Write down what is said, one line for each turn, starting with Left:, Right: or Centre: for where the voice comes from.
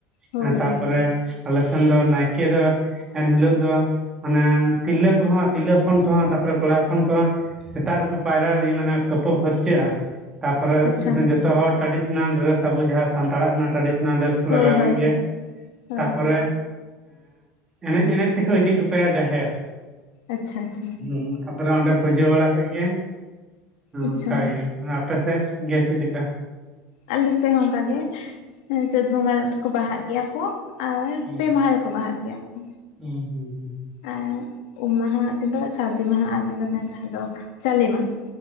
Left: ᱦᱳᱭ
Right: ᱦᱮ ᱛᱟᱯᱚᱨᱮ
Left: ᱦᱳᱭ
Right: ᱟᱞᱮ ᱥᱮᱱ ᱫᱚ ᱱᱟᱭᱠᱮ ᱫᱚ ᱮᱱᱦᱤᱞᱚᱜ ᱫᱚ ᱚᱱᱟ ᱛᱤᱨᱞᱟᱹ ᱠᱚᱦᱚᱸ ᱛᱤᱨᱞᱟᱹ ᱦᱚᱯᱚᱱ ᱠᱚᱦᱚᱸ ᱛᱟᱯᱚᱨᱮ ᱠᱚᱲᱟ ᱦᱚᱯᱚᱱ ᱠᱚᱦᱚᱸ ᱥᱮᱛᱟᱜ ᱨᱮᱠᱚ ᱯᱟᱭᱨᱟ ᱢᱟᱱᱮ ᱛᱩᱯᱩ ᱯᱷᱟᱨᱪᱟᱹᱜᱼᱟ ᱛᱟᱨᱯᱚᱨᱮ
Left: ᱟᱪᱪᱷᱟ
Right: ᱡᱚᱛᱚ ᱦᱚᱲ ᱴᱨᱟᱰᱤᱥᱚᱱᱟᱞ ᱰᱨᱮᱥ ᱟᱵᱚ ᱡᱟᱦᱟᱸ ᱥᱟᱱᱛᱟᱲᱟᱜ ᱠᱟᱱᱟ ᱴᱨᱟᱰᱤᱥᱚᱱᱟᱞ ᱰᱨᱮᱥ
Left: ᱦᱳᱭ
Right: ᱞᱟᱜᱟᱣ
Left: ᱦᱳᱭ
Right: ᱠᱮᱫ ᱜᱮ
Left: ᱦᱳᱭ
Right: ᱛᱟᱯᱚᱨᱮ ᱮᱱᱮᱡ ᱮᱱᱮᱡ ᱛᱮᱠᱚ ᱤᱫᱤ ᱴᱚᱠᱟᱭᱟ ᱡᱟᱦᱮᱨ
Left: ᱟᱪᱪᱷᱟ ᱟᱪᱪᱷᱟ
Right: ᱦᱩ ᱛᱟᱯᱚᱨᱮ ᱚᱸᱰᱮ ᱯᱩᱡᱟᱹ ᱵᱟᱲᱟ ᱠᱮᱫ ᱜᱮ ᱦᱮᱸ
Left: ᱟᱪᱪᱷᱟ
Right: ᱚᱱᱠᱟ ᱜᱮ ᱟᱯᱮ ᱥᱮᱫ ᱜᱮ ᱪᱮᱫ ᱞᱮᱠᱟ
Left: ᱟᱞᱮ ᱥᱮᱫ ᱦᱚᱸ ᱚᱱᱠᱟ ᱜᱮ ᱪᱟᱹᱛ ᱵᱚᱸᱜᱟ ᱠᱚ ᱵᱟᱦᱟᱜ ᱜᱮᱭᱟ ᱠᱚ ᱟᱨ
Right: ᱦᱩᱸ
Left: ᱯᱮ ᱢᱟᱦᱟ ᱨᱮᱠᱚ ᱵᱟᱦᱟᱜ ᱜᱮᱭᱟ ᱠᱚ
Right: ᱦᱩᱸ ᱦᱩᱸ ᱦᱩᱸ
Left: ᱮᱸᱫ ᱩᱢ ᱢᱟᱦᱟ ᱛᱮᱫᱚ ᱥᱟᱹᱨᱫᱤ ᱢᱟᱦᱟ ᱟᱨᱛᱮᱫ ᱠᱟᱱᱟ ᱡᱟᱦᱟᱸ ᱫᱚ ᱡᱟᱞᱮ ᱢᱟᱦᱟ